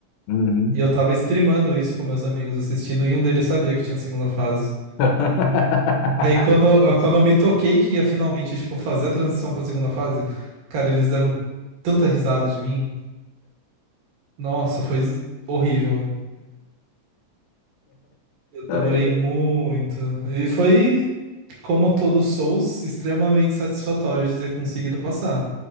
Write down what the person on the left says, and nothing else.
Uhum.
<laughs>
Ai.